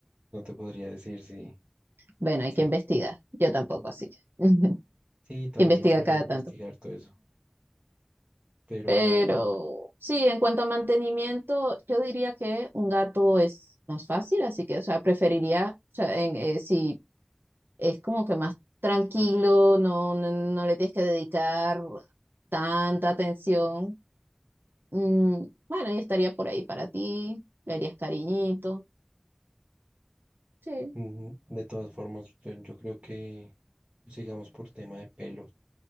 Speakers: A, on the right; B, on the right.
A: No te podría decir si,
B: bueno, hay
A: sí,
B: que investigar. Yo tampoco, así que,
A: sí,
B: <laughs>
A: también
B: que investiga
A: me tocaría
B: cada
A: investigar
B: tanto.
A: todo eso, pero
B: Pero sí, en cuanto a mantenimiento, yo diría que un gato es más fácil, así que, o sea, preferiría, o sea, en, eh, si es como que más tranquilo, no, no, no le tienes que dedicar tanta atención. mm, bueno, y estaría por ahí para ti, le harías cariñito. Sí.
A: mm, de todas formas, yo, yo creo que pues, sigamos por tema de pelo.